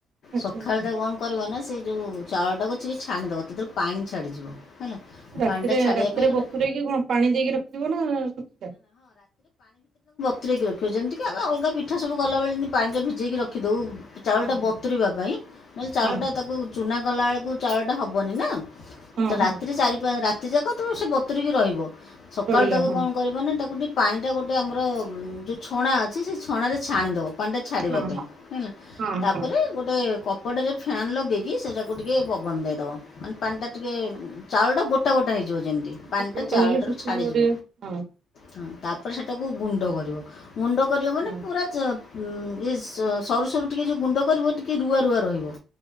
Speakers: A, on the right (about 60°); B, on the left (about 70°).
A: ଆଚ୍ଛା
B: ସଖାଳେ
A: ଆଚ୍ଛା।
B: ତାକୁ କଣ କରିବ ନା ସେ ଚାଉଳ ଟାକୁ ଥ ଛ। ତାହେଲେ ରତେରୁ ପାଣି ଛାଡ଼ିଯିବ। ହେଲା
A: ରାତିରେ
B: ପାଣିଟା ଛାଡ଼ିବା
A: ରାତିରେ
B: ପାଇଁ ଗୋଟେ
A: ବତରେକି କଣ ପାଣି ଦେଇକି ରଖିଥିବ ନା ଶଖିଲା।
B: କ ରଖିବାଛନ୍ତି। କି ଆମେ ଅଲଗା ପିଠା ସବୁ ଗଲାବେଳେମତି ପାଣିଟା ଭିଜେଇକି ରଖିଦେଉ ଚାଉଳଟା
A: ହଁ
B: ବତୁରିବା ପାଇଁ ନହେଲେ ଚାଉଳଟା
A: ହଁ
B: ତାକୁ। ଚୁନା ଗଲାବେଳକୁ ଚାଉଳଟା ହେବନି ନା।
A: ହଁ
B: ତ ରାତି
A: ହଁ
B: ଚାଲି ରା ଏତେ ଯାକ ତେବେଳେ ସେ ବତୁରିକି ରହିବ। ସକାଳୁ
A: ରହିଲା
B: ତାକୁ
A: ହଁ
B: କଣ କରିବ ନା ତାକୁ ଟିକେ ପାଣି ଟା ଗୋଟେ ଆମର ଯୋଉ ଛଣା ଅଛି ସେ ଛଣ ଛାଣିଦବ ପାଣି ଟା ଛାଡିବା
A: ହଁ
B: ପାଇଁ ହେଲା
A: ହଁ
B: ତାପରେ
A: ହଁ।
B: ଗୋଟେ କୋଟେରେ ଫନ୍ ଲଗେ ସେଟାକୁ ଟିକେ ପବନ ଦେଇଦବା ମାନେ ପାଣି ଟା ଟିକେ ଚାଉଳଟା ଗୋଟା ଗୋଟା ହେଇଯିବ। ଯିବ ଯେମିତି ପାଞ୍ଚଟା
A: ଗୋଟେ ଗୋଟେ
B: ଚାଉଳଟାରୁ
A: ହେଇଯିବ ଶୁଖିଯିବ
B: ଛାଡିଯିବ।
A: ଟିକେ ହଁ
B: ହଁ ତାପରେ ସେଟାକୁ ଗୁଣ୍ଡ କରିବ। ମୁଣ୍ଡ କରିବ ମାନେ
A: ହଁ।
B: ପୁରା ଁ ଇଏ ସରୁ ସରୁ ଟିକେ ଯେଉଁ ଗୁଣ୍ଡ କରିବ ଟିକିେ ରୁଆ ରୁଆ ରହିବ।